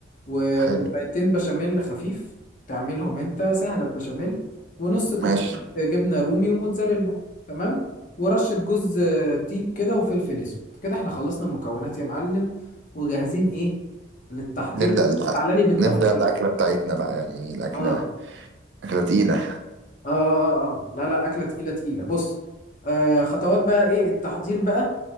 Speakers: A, on the left (about 45°); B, on the right (about 70°).
A: وكوبايتين
B: حلو
A: بشاميل خفيف تعملهم انت سهلة بشاميل ونص كوب
B: ماشي
A: جبنة رومي وموتزاريلا تمام ورشة جوز تيب كده وفلفل اسود كده احنا خلصنا المكونات يا معلم وجاهزين ايه للتحضير
B: نبدا ال-
A: تعالى لي بالتفصيل
B: نبدا الاكله بتاعتنا بقى يعني الاكله
A: اه اه
B: اكله تقيله
A: اه اه آه. لا لا اكلة تقيلة تقيلة بص آه خطوات بقى ايه التحضير بقى